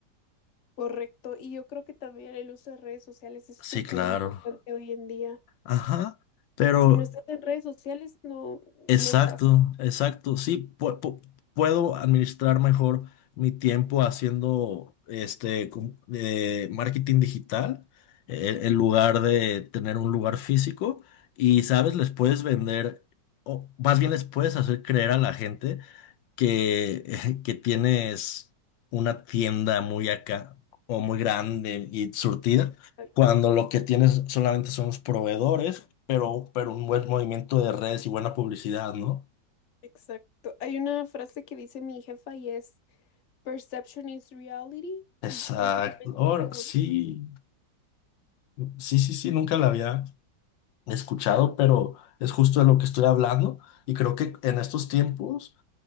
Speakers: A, on the left; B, on the left.
A: Correcto, y yo creo que también el uso de redes sociales es
B: Sí,
A: súper
B: claro.
A: importante hoy en día.
B: Ajá. Pero
A: Si no estás en redes sociales, no,
B: Exacto,
A: no estás.
B: exacto. Sí, pu- pu- puedo administrar mejor mi tiempo haciendo este com- de marketing digital eh, en lugar de tener un lugar físico. Y sabes, les puedes vender, o más bien les puedes hacer creer a la gente que, <laughs> que tienes una tienda muy acá o muy grande y surtida,
A: Exacto,
B: cuando lo que tienes solamente son los proveedores, pero, pero un buen movimiento de redes y buena publicidad, ¿no?
A: exacto. Hay una frase que dice mi jefa y es Perception is reality,
B: Exacto.
A: y precisamente
B: Ahora,
A: es como
B: sí,
A: tú lo
B: sí, sí, sí, nunca la había escuchado, pero es justo de lo que estoy hablando y creo que
A: dices.
B: en estos tiempos...